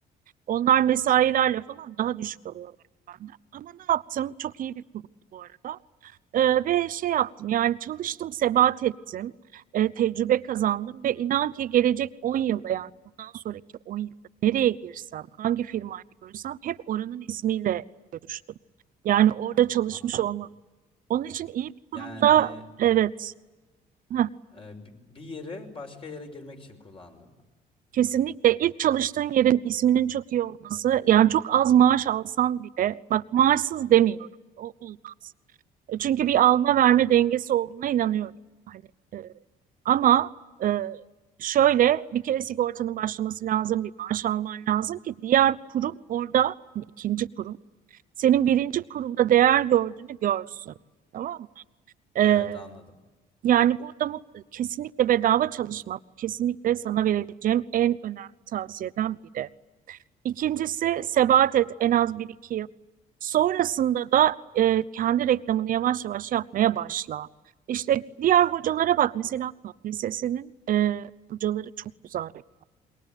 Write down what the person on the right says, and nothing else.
Onlar mesailerle falan daha düşük alıyorlar benden. Ama ne yaptım? Çok iyi bir kurumdu bu arada. Ee, ve şey yaptım yani çalıştım, sebat ettim, e, tecrübe kazandım ve inan ki gelecek 10 yılda yani bundan sonraki 10 yılda nereye girsem, hangi firmayla görüşsem hep oranın ismiyle görüştüm. Yani orada çalışmış
olmalı. Onun için iyi bir kurumda
evet heh,
kesinlikle ilk çalıştığın yerin isminin çok iyi olması yani çok az maaş alsan bile bak maaşsız demiyorum o olmaz. E, Çünkü bir alma verme dengesi olduğuna inanıyorum. Hani e, ama e, şöyle bir kere sigortanın başlaması lazım, bir maaş alman lazım ki diğer kurum orada hani ikinci kurum senin birinci kurumda değer gördüğünü görsün. Tamam mı?
E,
yani burada mut- kesinlikle bedava çalışmak kesinlikle sana verebileceğim en önemli tavsiyeden biri. İkincisi sebat et en az bir iki yıl. Sonrasında da e, kendi reklamını yavaş yavaş yapmaya başla. İşte diğer hocalara bak mesela KPSS'nin e, hocaları çok güzel reklam.